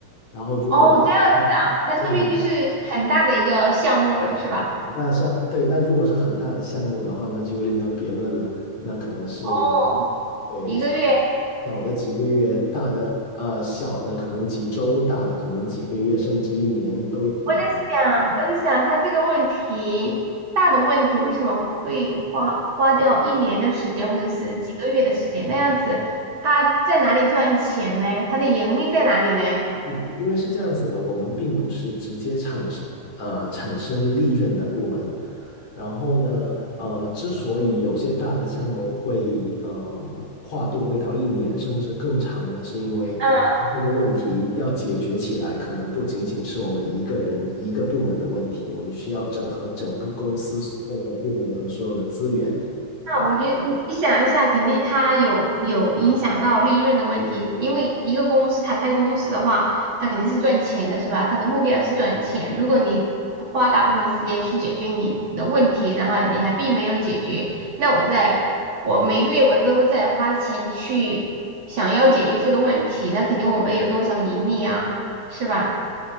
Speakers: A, on the left; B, on the right.
A: 然后，如果嗯，
B: 哦，这样子啊，那说明就是很大的一个项目了，
A: 嗯
B: 是吧？
A: 那像对，但如果是很大的项目的话，那就另当别论了。那可能是
B: 哦，
A: 对小的小的几个月，
B: 一个月，
A: 大的呃小的可能几周，大的可能几个月，甚至一年都有可能的。
B: 我在想，我在想他这个问题，大的问题为什么会花花掉一年的时间或者是几个月的时间？那样子他在哪里赚钱呢？他的盈利在哪里呢？
A: 嗯，因为是这样子的，我们并不是直接产呃产生利润的部门。然后呢，呃，之所以有些大的项目会呃跨度会到一年甚至更长呢，是因为
B: 嗯。
A: 这个问题要解决起来，可能不仅仅是我们一个人一个部门的问题，我们需要整合整个公司所有的部门和所有的资源。
B: 那我觉得你你想一下，
A: 啊
B: 肯定它有有影响到利润的问题，因为一个公司它开公司的话，它肯定是赚钱的，是吧？它的目标是赚钱。如果你花大部分时间去解决你的问题，然后你还并没有解决，那我在我每个月我都在花钱去想要解决这个问题，那肯定我没有多少盈利啊，是吧？